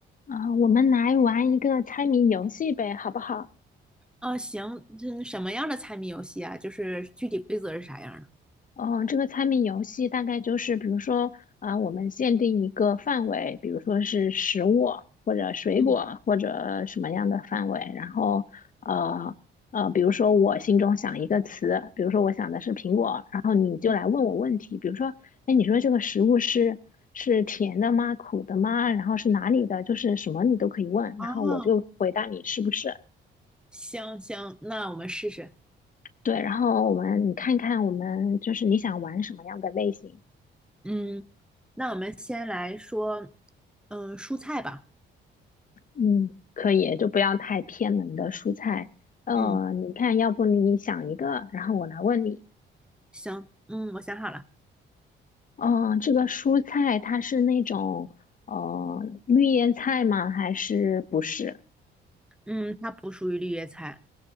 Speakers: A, on the left; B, in the centre.
A: 啊，我们来玩一个猜谜游戏呗，好不好？
B: 哦，行，嗯，什么样的猜谜游戏啊？就是具体规则是啥样的？
A: 嗯，这个猜谜游戏大概就是，比如说，啊，我们限定一个范围，比如说是食物或者水果或者什么样的范围，
B: 嗯
A: 然后，呃呃，比如说我心中想一个词，比如说我想的是苹果，然后你就来问我问题，
B: 嗯，
A: 比如说，哎，你说这个食物是是甜的吗？苦的吗？然后是哪里的？就是什么你都可以问，
B: 哦，
A: 然后我就回答你是不是。
B: 行行，那我们试试。
A: 对，然后我们你看看我们就是你想玩什么样的类型，
B: 嗯，那我们先来说，嗯，蔬菜吧。
A: 嗯，可以，就不要太偏门的蔬菜。呃，
B: 嗯，
A: 你看，要不你想一个，然后我来问你。
B: 行，嗯，我想好了。
A: 哦、这个蔬菜它是那种呃绿叶菜吗？还是不是？
B: 嗯，它不属于绿叶菜。